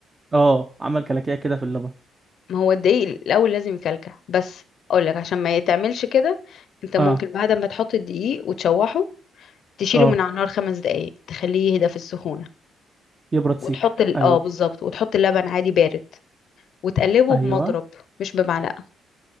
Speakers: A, on the right (about 25°); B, on the left (about 65°).
A: اه عمل كلاكيع كده في اللبن
B: ما هو الدقيق الاول لازم يكلكع بس اقول لك عشان ما يتعملش كده انت ممكن
A: اه
B: بعد ما تحط الدقيق وتشوحه تشيله
A: اه
B: من على النار خمس دقايق تخليه يهدى في السخونه
A: يبرد
B: وتحط
A: سيكه
B: ال...
A: ايوه
B: اه بالظبط وتحط اللبن عادي بارد وتقلبه
A: ايوه
B: بمضرب مش بمعلقه